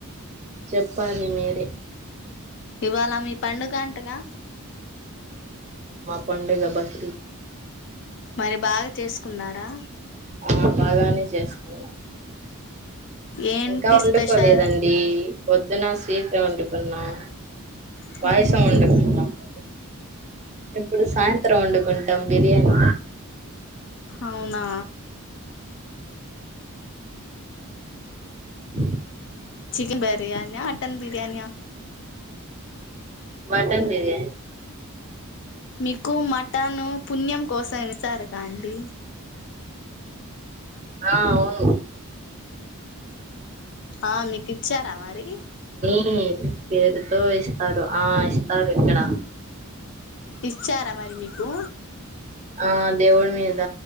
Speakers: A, on the right (about 30°); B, on the left (about 55°).
A: చెప్పాలి మీరే
B: ఇవాల మీ పండుగ అంటగా
A: పంండుగా బక్రీద్
B: మరి బాగా చేసుకున్నారా
A: ఆ బాగానే చేసుకున్నాం
B: ఏంటి
A: ఇంకా వండుకోలేదండి
B: స్పెషల్
A: పొద్దున స్వీట్ వండుకున్నాం
B: హ్మ్
A: పాయసం వండుకున్నాం ప ఎప్పుడు సాయంత్రం వండుకుంటాం బిర్యానీ
B: అవునా
A: అ
B: చికెన్ బిర్యాన మటన్ బిర్యానీ య
A: మటన్ బిర్యానీ
B: మీకు మటన్ పుణ్యం కోసం ఇస్తారుగా అండి
A: ఆ అవును.
B: ఆ మీకు ఇచ్చారా మరి
A: ని పేరుతో ఇస్తారు ఆ ఇస్తారు ఇక్కడ
B: ఇచ్చారా మరి మీకు
A: ఆ దేవుడి మీద